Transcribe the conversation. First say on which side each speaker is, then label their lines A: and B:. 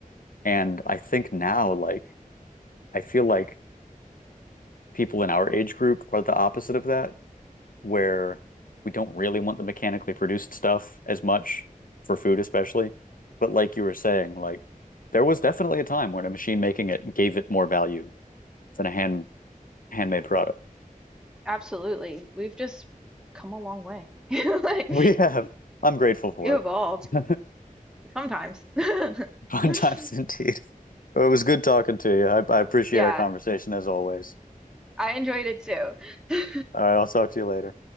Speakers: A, on the left; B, in the centre.
A: And I think now, like, I feel like people in our age group are the opposite of that, where we don't really want the mechanically produced stuff as much for food, especially. But like you were saying, like there was definitely a time when a machine making it gave it more value than a hand handmade product. <laughs>
B: absolutely we've just come a long way <laughs> like
A: We have. I'm grateful for
B: <laughs> evolved
A: it.
B: sometimes
A: <laughs> Fun
B: <laughs>
A: times indeed. Well, it was good talking to you. I, I appreciate
B: yeah
A: our conversation as always.
B: I enjoyed it too. <laughs>
A: All right, I'll talk to you later.